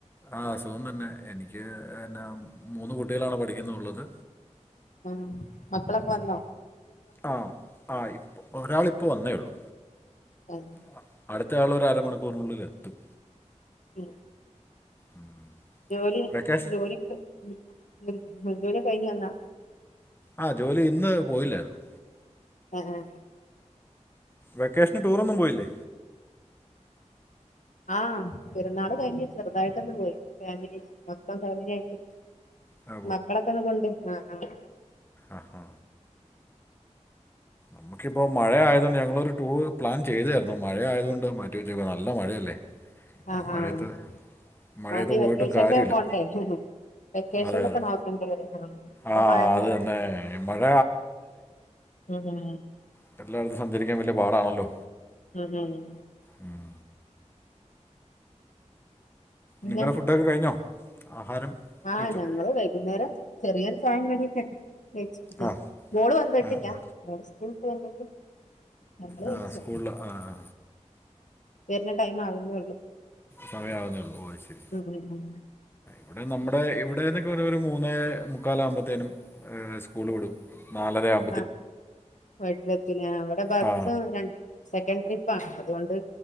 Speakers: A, on the left (about 20°); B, on the left (about 85°).
A: ആഹ് സുഖം തന്നെ എനിക്ക് എന്നാ മൂന്ന് കുട്ടികളാണ് പഠിക്കുന്ന ഒള്ളത്
B: ഉം മക്കളൊക്കെ വന്നൊ
A: ആഹ് ആഹ് ഇപ്പൊ ഒരാളിപ്പൊ വന്നേയുള്ളു
B: ആഹ്
A: അഹ് അടുത്തയാളൊരു അരമണിക്കൂറിനുള്ളിലെത്തും
B: ഉം
A: ഉം.
B: ജോലി
A: വെക്കേഷൻ
B: ജോലിക്ക് ഉം ജോലിയൊക്കെ കഴിഞ്ഞു വന്നാ
A: ആഹ് ജോലി ഇന്ന് പോയില്ലാരുന്നു
B: ആഹ് ആഹ്
A: വെക്കേഷന് ടൂറൊന്നും പോയില്ലേ
B: ആഹ് പെരുന്നാള് കഴിഞ്ഞ് ചെറുതായിട്ടൊന്ന് പോയി ഫാമിലി മൊത്തം ഫാമിലായിട്ട്
A: ആ
B: മക്കളൊക്കെ ഒന്ന് കൊണ്ട് ആഹ് ആഹ്
A: ആഹാ നമുക്കിപ്പോ മഴയായതുകൊണ്ട് ഞങ്ങളൊരു ടൂർ പ്ലാൻ ചെയ്താരുന്നു മഴ ആയതുകൊണ്ട് മാറ്റിവെച്ചേക്കാ നല്ല മഴയല്ലേ
B: ആഹ്
A: ഈ മഴയത്ത്
B: ആഹ്
A: മഴയത്ത്
B: വാണ്ടേ
A: പോയിട്ടും
B: വെക്കേഷനില്
A: കാര്യമില്ല
B: പോണ്ടേ വെക്കേഷനിലൊക്കെ
A: അതെ അതെ
B: നോക്കണ്ടി വെരും ആഹ് ഇപ്പൊ
A: ആ
B: മഴന്ന്
A: അത് തന്നെ ഈ മഴ
B: ഉം ഉം
A: കെട്ടില്ലായിടത്ത് സഞ്ചരിക്കാൻ വലിയ പാടാണല്ലോ
B: ഉം ഉം
A: ഉം.
B: പിന്നെ
A: നിങ്ങടെ ഫുഡൊക്കെ കഴിഞ്ഞോ ആഹാരം
B: ആഹ്
A: കഴിച്ചോ
B: ഞങ്ങള് വൈകുന്നേരം ചെറിയൊരു ചായിം കടിയൊക്കെ കഴിച്ചു
A: ആ
B: മോള് വന്നിട്ടില്ല
A: ആ ആ.
B: മോള് സ്കൂളുട്ട് വന്നിട്ട് ഞങ്ങള്
A: ആ
B: കഴിച്ചു
A: സ്കൂളിൽ ആ ആ.
B: വരുന്ന ടൈം ആവുന്നേള്ളൂ
A: സമയാവുന്നേള്ളൂ ഓഹ് ശരി
B: ഉം ഉം ഉം
A: ഇവിടെ നമ്മടെ ഇവിടെന്നൊക്കെ പറഞ്ഞാ ഒരു മൂന്നേ മുക്കാലാകുമ്പോത്തേനും ഏഹ് സ്കൂള് വിടും നാലരയാവും
B: ആഹ് വീട്ടിലെത്തുംലെ ഇവിടെ ബസ്സും
A: ആ
B: രണ്ട് സെക്കൻഡ് ട്രിപ്പാ അതുകൊണ്ട്